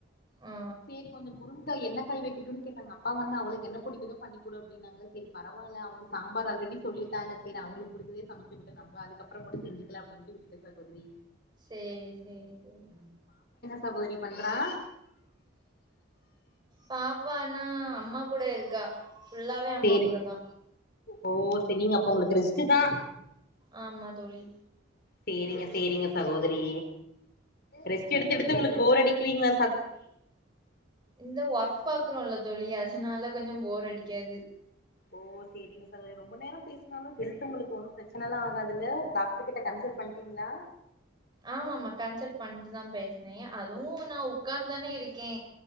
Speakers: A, on the right; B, on the left.
A: ஆ
B: சேரி கொஞ்சோ முருங்கா என்ன காய் வெக்கட்டுன் கேட்டாங்க அப்பா வந்து அவளுக் என்ன புடிக்குதோ பண்ணி குடு அப்டினாங்களா செரி பரவால்ல அவங்க சாம்பார் ஆல்ரெடி சொல்லிட்டாங்க செரி அவ்ங்களுக் புடிச்சதே சமச்சுகட்டு நம்ப அதுகப்றங்கூட செஞ்சு கலா அப்டின்ட்டு விட்டுட்டே சகோதிரி
A: சேரி சேரி தோழி
B: சகோதிரி பண்றா
A: பாப்பான்னா அம்மா கூட இருக்கா ஃபுல்லாவே அம்மா
B: சேரி
A: கூட தா
B: ஓ சேர் நீங்க அப்ப உங்களுக்கு ரெஸ்ட்டு தா
A: ஆமா தோழி
B: சேரிங்க சேரிங்க சகோதிரி ரெஸ்ட் எடுத்து எடுத்து உங்களுக் போர் அடிக்லீங்ளா
A: இந்த ஒர்க் பாக்றோல்ல தோழி அதுனால கொஞ்சோ போர் அடிக்காது
B: ஓ சேரிங்க சகோதிரி ரொம்ப நேரோ பேசுனாலு ஹெல்த் ஒங்களுக்கு ஒண்ணும் பிரச்சனல்லா ஆகாதுல்ல டாக்ரு கிட்ட கன்சல்ட் பண்ட்டீங்ளா
A: ஆமா ஆமா கன்சல்ட் பண்ட்டு தா பேசுனே அதுவு நா உக்காந் தானே இருக்கே